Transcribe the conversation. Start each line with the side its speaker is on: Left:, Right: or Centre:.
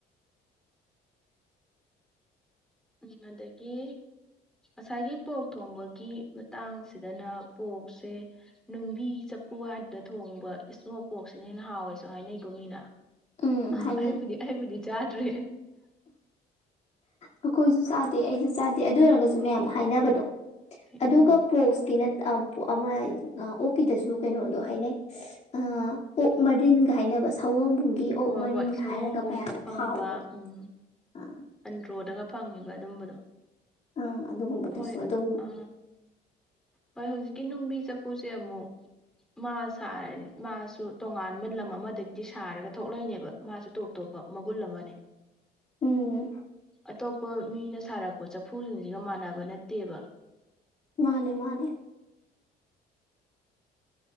Centre: ꯎꯝ ꯑꯗꯒꯤ ꯉꯁꯥꯏꯒꯤ ꯄꯣꯛ ꯊꯣꯡꯕꯒꯤ ꯃꯇꯥꯡꯁꯤꯗꯅ ꯄꯣꯛꯁꯦ ꯅꯨꯡꯕꯤ ꯆꯐꯨ ꯍꯥꯏꯗꯨꯗ ꯊꯣꯡꯕ ꯏꯁꯃꯣꯛ ꯄꯣꯛꯁꯤꯅ ꯍꯦꯟꯅ ꯍꯥꯎꯋꯦꯁꯨ ꯍꯥꯏꯅꯩꯒꯨꯝ ꯃꯤꯅ
Left: ꯎꯝ
Centre: ꯑ
Left: ꯍꯥꯏꯅꯩ
Centre: ꯑꯩꯕꯨꯗꯤ ꯑꯩꯕꯨꯗꯤ ꯆꯥꯗ꯭ꯔꯦ
Left: ꯑꯩꯈꯣꯏꯁꯨ ꯆꯥꯗꯦ ꯑꯩꯁꯨ ꯆꯥꯗꯦ ꯑꯗꯨ ꯑꯣꯏꯔꯒꯁꯨ ꯃꯌꯥꯝꯅ ꯍꯥꯏꯅꯕꯗꯣ ꯑꯗꯨꯒ
Centre: ꯎꯝ
Left: ꯄꯣꯛꯁꯀꯤ ꯅ ꯑꯃ ꯑꯣꯛꯀꯤꯗꯁꯨ ꯀꯩꯅꯣꯗꯣ ꯍꯥꯏꯅꯩ ꯑ ꯑꯣꯛ ꯃꯔꯤꯟꯒ ꯍꯥꯏꯅꯕ ꯁꯑꯣꯡꯕꯨꯡꯒꯤ ꯑꯣꯛ
Centre: ꯍꯣꯏ
Left: ꯃꯔꯤꯟꯒ
Centre: ꯍꯣꯏ ꯁꯑꯣꯝꯕꯨꯡꯗ
Left: ꯍꯥꯏꯔꯒ ꯃꯌꯥꯝꯅ
Centre: ꯐꯪꯕ
Left: ꯐꯥꯎꯕꯗꯣ
Centre: ꯎꯝ
Left: ꯑꯥ
Centre: ꯑꯟꯗ꯭ꯔꯣꯗꯒ ꯐꯪꯉꯤꯕ ꯑꯗꯨꯝꯕꯗꯣ
Left: ꯑꯥ ꯑꯗꯨꯒꯨꯝꯕꯗꯨꯁꯨ
Centre: ꯍꯣꯏ
Left: ꯑꯗꯨꯝ
Centre: ꯑ ꯍꯣꯏ ꯍꯧꯖꯤꯛꯀꯤ ꯅꯨꯡꯕꯤ ꯆꯥꯐꯨꯁꯦ ꯑꯃꯨꯛ ꯃꯥ ꯃꯥꯁꯨ ꯇꯣꯉꯥꯟꯕ ꯂꯝ ꯑꯃꯗꯒꯤꯗꯤ ꯁꯥꯔꯒ ꯊꯣꯛꯂꯛꯏꯅꯦꯕ ꯃꯥꯁꯨ ꯇꯣꯞ ꯇꯣꯞꯄ ꯃꯒꯨꯟ ꯑꯃꯅꯦ
Left: ꯎꯝ
Centre: ꯑꯇꯣꯞꯄ ꯃꯤꯅ ꯁꯥꯔꯛꯄ ꯆꯐꯨꯁꯤꯡꯁꯤꯒ ꯃꯥꯟꯅꯕ ꯅꯠꯇꯦꯕ
Left: ꯃꯥꯅꯦ ꯃꯥꯅꯦ